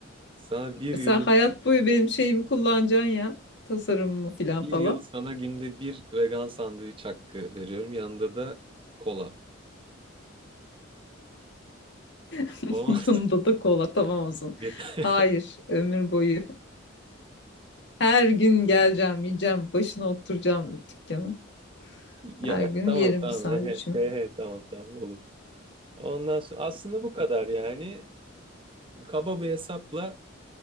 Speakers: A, on the right (about 25°); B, on the left (about 60°).
A: Sana bir yıl
B: Sen hayat boyu benim şeyimi kullanacaksın ya. Tasarımımı filan
A: bir
B: falan.
A: yıl sana günde bir vegan sandviç hakkı veriyorum. Yanında da kola.
B: <laughs>
A: Olmaz.
B: Yanında da kola tamam olsun.
A: <laughs>
B: Hayır, ömür boyu. Her gün geleceğim, yiyeceğim, başına oturacağım dükkanın.
A: Ya
B: Her gün
A: tamam
B: yerim
A: tamam
B: bir sandviçimi.
A: he, he, he, he, tamam tamam olur. Ondan sonra aslında bu kadar yani. Kaba bir hesapla